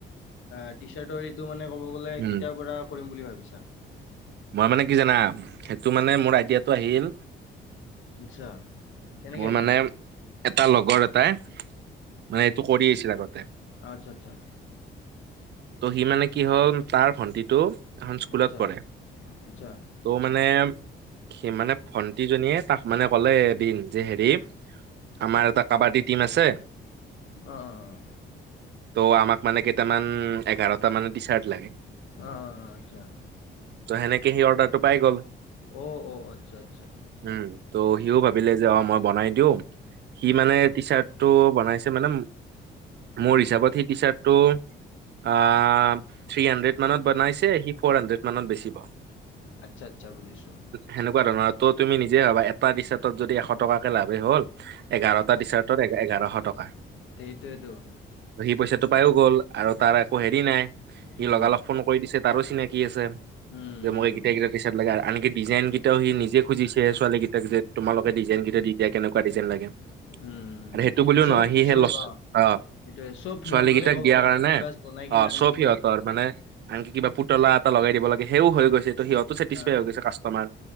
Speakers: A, on the left; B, on the right.
A: আ টি চাৰ্ট টো মানে ক'ব গ'লে
B: উম
A: কেতিয়া পৰা কৰিম বুলি ভাবিছা?
B: মই মানে কি জানা সেইটো মানে মোৰ আইডিয়াটো আহিল
A: অচ্ছা কেনেকে
B: মোৰ
A: আহিল
B: মানে
A: আইডিয়া?
B: এটা লগৰ এটাই মানে এইটো কৰি আছিল আগতে।
A: আচ্ছা আচ্ছা।
B: ত' সি মানে কি হ'ল তাৰ ভন্টিটো এখন স্কুলত
A: আচ্ছা,
B: পঢ়ে।
A: আচ্ছা।
B: ত' মানে সি মানে ভন্টিজনীয়ে তাক মানে ক'লে এদিন যে হেৰি আমাৰ এটা কাবাডী টিম আছে।
A: অ', অ',
B: ত' আমাক মানে কেইটামান এঘাৰটা মান টিশ্বাৰ্ট লগে
A: অ', অ', অ', আচ্ছা।
B: ত' সেনেকে সি অৰ্ডাৰটো পাই গ'ল।
A: অ', অ', আচ্ছা আচ্ছা।
B: উম, ত' সিও ভাবিলে যে অ মই বনাই দিও সি মানে টিশ্বাৰ্টতো বনাইছে মানে মোৰ হিচাপত সি টিশ্বাৰ্টতো আ, থ্ৰী হাড্ৰেড মানত বনাইছে সি ফ'ৰ হাড্ৰেড মানত বেছি
A: আচ্ছা আচ্ছা বুজিছোঁ।
B: সেনেকুৱা ধৰণৰ ত' তুমি নিজে ভাবা এটা টিশ্বাৰ্টত যদি এশ টকা কে লভেই হ'ল এঘাৰটা টিশ্বাৰ্ট এঘাৰশ টকা।
A: সেইটোৱেইটো।
B: সি পইচাটো পাইও গ'ল আৰু তাৰ একো হেৰি নাই সি
A: উম,
B: লগালগ ফোন কৈ দিছে তাৰো চিনাকি আছে
A: উম, উম,
B: যে মই এইগিতা এইগিতা টিশ্বাৰ্ট লাগে আনকি ডিজাইন কেইটাও সি নিজে খুজিছে ছোৱালকেইটাক যে তোমালোকে ডিজাইন দি দিয়া কেনেকুৱা ডিজাইন লাগে
A: উম, উম।
B: আৰু সেইটো বুলিও
A: চব
B: নহয় সি সেই
A: চব
B: অ
A: সেইটোৱে চব
B: ছোৱালী
A: সিহঁতৰে
B: কেইটাক
A: ক'ব
B: দিয়াৰ
A: গ'লে,
B: কাৰণে
A: সি বাচ বনাই কিনে
B: অ',
A: আনি
B: চব
A: দিব
B: সিহঁতৰ
A: লাগে।
B: মানে আনকি কিবা পুতলা এটা লগাই দিব লাগে সেও হৈ গৈছে ত' সিহতো চছেটিছফাই
A: অ', অ',
B: হৈ গৈছে কাষ্টমাৰ